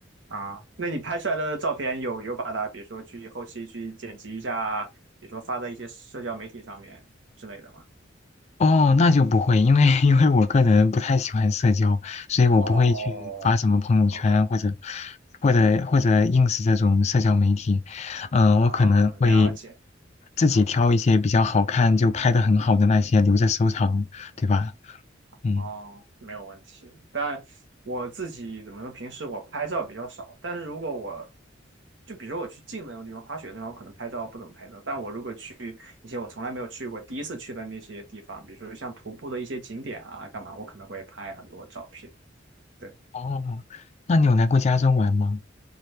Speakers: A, on the right; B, on the left.
A: 啊，那你拍出来的照片有有把它，比如说去后期去剪辑一下，比如说发在一些社交媒体上面之类的吗？
B: 哦，那就不会，因为 <laughs> 因为我个人不太喜欢社交，所以我不会去发什么朋友圈或者
A: 哦，OK，
B: 或者或者 ins 这种社交媒体。嗯、
A: 啊，
B: 我可能会
A: 了解，
B: 自己挑一些比较好看就拍的很好的那些留着收藏，对吧？嗯，
A: 哦，没有问题。但我自己怎么说，平时我拍照比较少，但是如果我就比如说我去近的那种地方，滑雪的地方，我可能拍照不怎么拍照。但我如果去一些我从来没有去过，第一次去的那些地方，比如说像徒步的一些景点啊，干嘛，我可能会拍很多照片。对。
B: 哦，那你有来过加州玩吗？